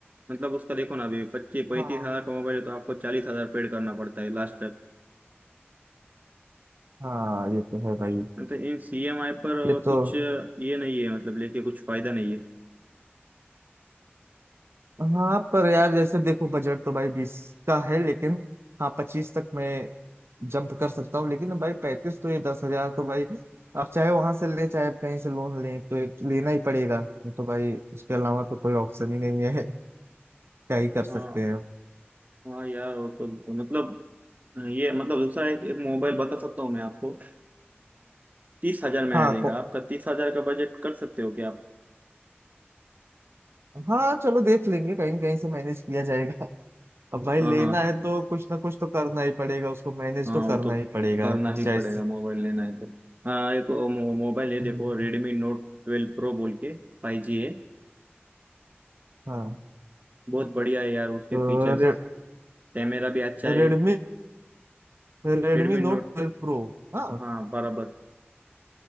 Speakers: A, on the right; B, on the right.
A: मतलब उसका देखो ना अभी पच्चीस पैंतीस
B: हाँ
A: हजार का मोबाइल है तो आपको चालीस हजार पेड करना पड़ता है लास्ट तक
B: हाँ ये तो है भाई
A: मतलब इन सीएमआई पर
B: ये तो
A: कुछ ये नहीं है मतलब लेके कुछ फायदा नहीं है
B: हाँ पर यार जैसे देखो बजट तो भाई बीस का है लेकिन हाँ पच्चीस तक मैं जंप कर सकता हूँ लेकिन भाई पैंतीस तो ये दस हजार तो भाई आप चाहे वहां से ले चाहे कहीं से लोन लें तो एक लेना ही पड़ेगा ये तो भाई उसके अलावा तो कोई ऑप्शन ही नहीं है <laughs> क्या ही कर सकते
A: हाँ
B: हैं
A: हाँ यार वो तो मतलब ये मतलब दूसरा एक, एक मोबाइल बता सकता हूँ मैं आपको तीस हजार में
B: हाँ
A: आ जाएगा
B: को
A: आपका तीस हजार का बजट कर सकते हो क्या आप
B: हाँ चलो देख लेंगे कहीं न कहीं से मैनेज किया जाएगा <laughs> अब भाई
A: हाँ
B: लेना
A: हाँ
B: है तो कुछ ना कुछ तो करना ही पड़ेगा उसको मैनेज
A: हाँ
B: तो
A: वो
B: करना
A: तो
B: ही पड़ेगा
A: करना ही
B: चाहे
A: पड़ेगा मोबाइल लेना है तो हाँ एक वो मो, मोबाइल है
B: हम्म,
A: देखो रेडमी नोट ट्वेल्व प्रो बोल के फाइव जी है
B: हाँ
A: बहुत बढ़िया है यार उसके
B: तो
A: फीचर्स
B: रे,
A: कैमरा भी अच्छा
B: रे,
A: है
B: रेडमी
A: Redmi Note
B: नोट ट्वेल्व प्रो हाँ
A: हाँ बराबर